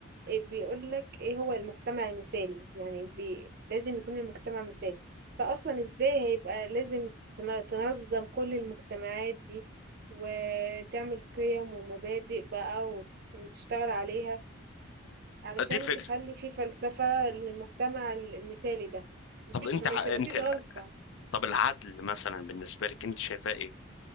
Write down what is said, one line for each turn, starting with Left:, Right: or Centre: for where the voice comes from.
Right: آآ بيقول لك إيه هو المجتمع المثالي، يعني بي لازم يكون المجتمع مثالي، فأصلًا إزاي هيبقى لازم تن تنظّم كل المجتمعات دي، وتعمل قِيَم ومبادئ بقى وت وتشتغل عليها، علشان
Left: دي الفكره
Right: تخلّي في فلسفة للمجتمع ال المثالي ده، ما
Left: طب
Right: فيش
Left: انت
Right: مش
Left: ع-
Right: هيبقى
Left: انت
Right: في غلطة،
Left: طب العدل مثلا بالنسبه لك انت شايفاه ايه